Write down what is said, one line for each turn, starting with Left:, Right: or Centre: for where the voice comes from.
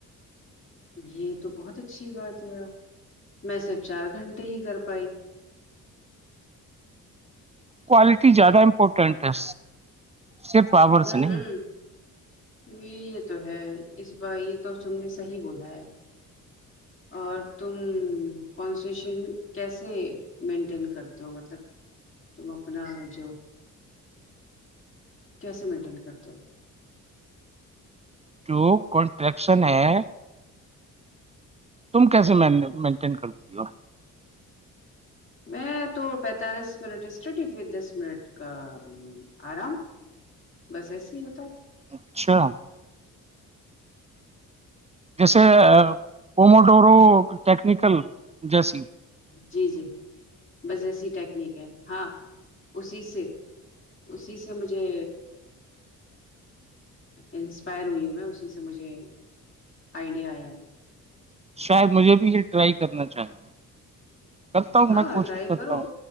Left: یہ تو بہت اچھی بات ہے یار میں صرف چار گھنٹے ہی کر پائی
Right: کوالٹی زیادہ امپورٹنٹ ہے صرف آور
Left: ہوں
Right: سے نہیں
Left: ہوں جی یہ تو ہے اس بار یہ تو تم نے صحیح بولا ہے اور تم کنسشن کیسے مینٹین کرتے ہو مطلب تم اپنا جو کیسے مینٹین کرتے ہو
Right: جو کنٹریکشن ہے تم کیسے مینٹ مینٹین کرتی ہو
Left: میں تو پینتالیس منٹ اسٹڈی پھر دس منٹ کا آرام بس ایسے ہی ہوتا ہے
Right: اچھا جیسے پوموڈورو ٹیکنیکل جیسی
Left: جی جی بس ایسی ٹیکنیک ہے ہاں اسی سے اسی سے مجھے انسپائر ہوئی ہوں میں اسی سے مجھے آئیڈیا آیا ہے
Right: شاید مجھے بھی یہ ٹرائی کرنا چاہیے کرتا ہوں
Left: ہاں
Right: میں کوشش
Left: ٹرائی
Right: کرتا
Left: کرو
Right: ہوں